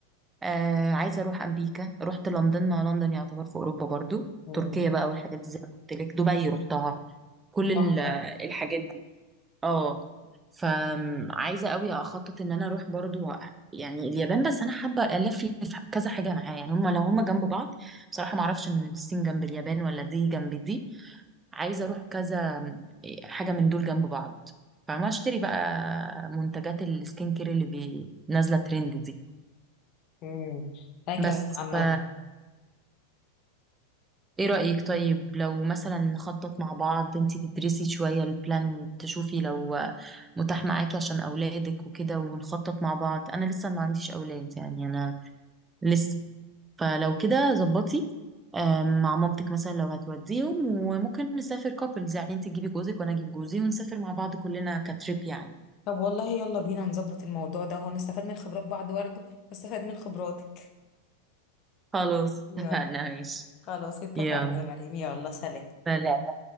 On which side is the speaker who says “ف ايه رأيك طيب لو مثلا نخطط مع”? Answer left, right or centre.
Right